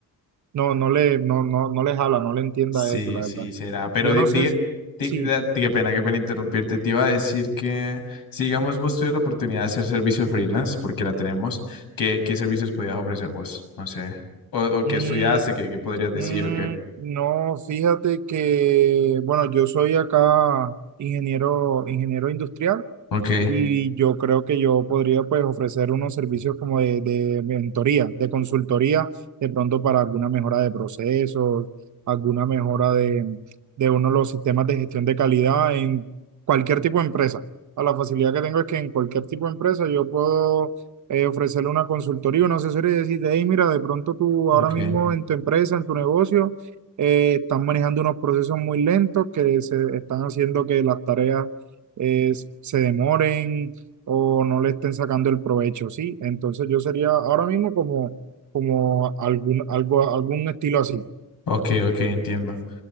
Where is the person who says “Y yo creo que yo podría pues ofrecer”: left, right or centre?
Right